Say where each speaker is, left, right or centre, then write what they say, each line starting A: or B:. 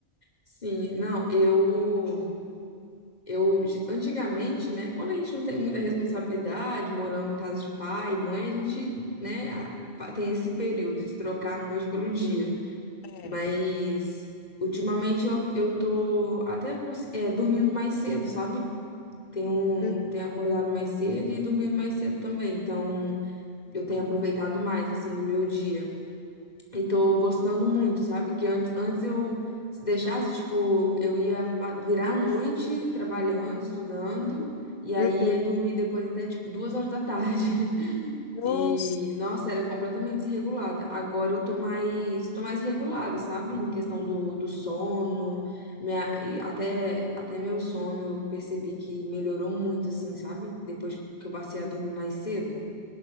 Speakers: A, on the left; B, on the left.
A: Sim, não, eu Eu, antigamente, né, quando a gente não tem muita responsabilidade, morando na casa de pai e mãe, a gente, né, a- fa- tem esse período de trocar a noite pelo dia.
B: É.
A: Mas, ultimamente, eu, eu tô até cons- é, dormindo mais cedo, sabe? Tenho, um,
B: Uhum.
A: tenho acordado mais cedo e dormindo mais cedo também. Então, eu tenho aproveitado mais, assim, do meu dia. E tô gostando muito, sabe? Que antes, antes eu se deixasse, tipo, eu ia pa- virar a noite trabalhando, estudando, e aí
B: Uhum.
A: ia dormir depois até, tipo, duas horas da tarde. <laughs>
B: Nossa.
A: E, nossa, era completamente desregulada. Agora eu tô mais, tô mais regulada, sabe? Em questão do, do sono, minha, e até, até meu sono eu percebi que melhorou muito, assim, sabe? Depois que eu passei
B: Uhum.
A: a dormir mais cedo.